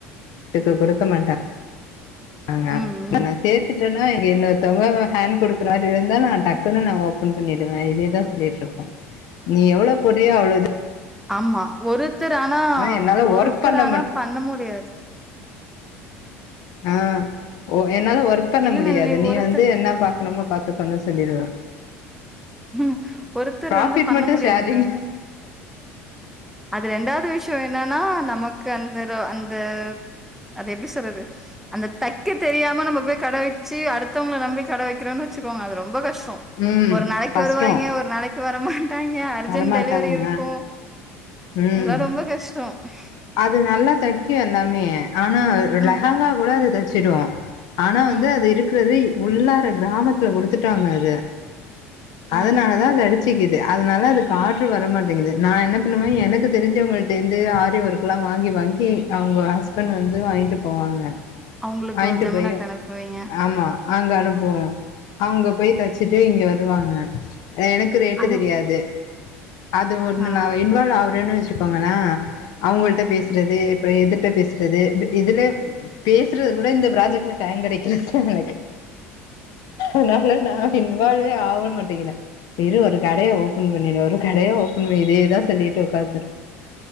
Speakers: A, on the left; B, in the centre.
A: அதுக்கு குடுக்க மாட்டாங் ஆ
B: ம் ம்
A: நா சேத்துட்டு ங்க இன்னொருத்தவங்க ஹேண்ட் குடுக்குற மாதிரி இருந்தா நா டக்குன்னு நா ஓபன் பண்ணிடுவே இதேதா சொல்லிட்டு இருக்கோ நீ எவ்ளோ போட்ரியோ அவ்ளவு
B: ஆமா ஒருத்தர் ஆனா
A: என்னால
B: ஒருத்தர்
A: ஒர்க் பண்ண
B: ஆனா பண்ண முடியாது
A: ஆ ஓ என்னால ஒர்க் பண்ண
B: இல்ல
A: முடியாது
B: நளினி
A: நீ
B: ஒருத்தர்
A: வந்து என்ன பாக்கணுமோ பாத்து இது பண்ண சொல்லிடுவே
B: உம் ஒருத்தர்
A: ப்ராஃபிட்
B: வந்து பண்ண
A: மட்டு
B: முடியாதுங்க
A: ஷேரிங்
B: அது ரெண்டாவது விஷயோ என்னன்னா நமக்கு அந்த அந்த அது எப்டி சொல்றது அந்த தக்க தெரியாம நம்ம போய் கட வச்சு அடுத்தவங்கள நம்பி கட வெக்குறோம்ன்னு வச்சுக்கோங்க அது ரொம்ப கஷ்டோ
A: ம்
B: த்தம் ஒரு நாளைக்கு
A: கஷ்டோ
B: வருவாங்க ஒரு நாளைக்கு வரமா டாங்க அர்ஜென்ட்
A: வரமாட்டாங்க
B: டெலிவரி இருக்கு
A: ம்
B: அதெல்லா ரொம்ப கஷ்டோ ப <unintelligible>
A: அது நல்லா தக்கு எல்லாமே ஆனா
B: ம்
A: லெஹாங்கா கூடா அது ச்சிடுவா ஆனா வந்து
B: ம்
A: அது இருக்குறது உள்ளார கிராமத்துல குடுத்துட்டாங்க அத
B: ஓ ஓ
A: அதனாலதா அது அடிச்சுக்குது அதனால அதுக்கு ஆர்டர் வரமாட்டேங்குது நா என்ன பண்ணுவே எனக்கு தெரிஞ்சவங்ககிட்ட இருந்து ஆரி வொர்க் எல்லாம் வாங்கி வாங்கி அவங்க ஹஸ்பண்ட் வந்து வாங்கிட்டு போவாங்க
B: அவங்களுக்கு
A: வாங்கிட்டு
B: ஜமுனாக்கு
A: போய்
B: அனுப்புவீங்க
A: ஆமா அங்க அனுப்புவோம் அவங்க போய் தச்சிட்டு இங்க வருவாங்க எனக்கு ரேட்டு
B: அது
A: தெரியாது அது ஒண்ணு
B: ஆ
A: நா இன்வால்வ் ஆவறேன்னு வச் சிக்கோங்களேன் அவங்கள்ட்ட பேசறது அப்புறம் இதுட்ட பேசறது இதுலே பேசறது கூட இந்த ப்ராஜெக்ட்ல டைம் கெடைக்கல எனக்கு அதனால நா இன்வால்வே ஆக மாட்டேங்கிற வெறும் ஒரு கடைய ஓபன் பண்ணிடு ஒரு கடைய ஓ பன் பண்ணிரு இதேதா சொல்லிட்டு உக்காந்துரு